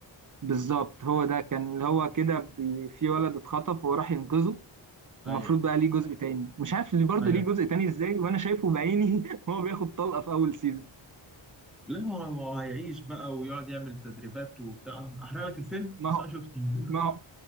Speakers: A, on the right; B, in the centre.
A: بالظبط هو ده كان اللي هو كده بي- في ولد اتخطف وهو راح ينقذه ومفروض
B: ايوه
A: بقى ليه جزء تاني مش عارف اللي برضه
B: ايوه
A: ليه جزء تاني ازاي وانا شايفه بعيني <laughs> وهو بياخد طلقة في اول سيزون
B: لا هو هو هيعيش بقى ويقعد يعمل تدريبات وبتاع احرق لك الفيلم
A: ما
B: بس
A: هو
B: انا شفته <laughs>
A: ما هو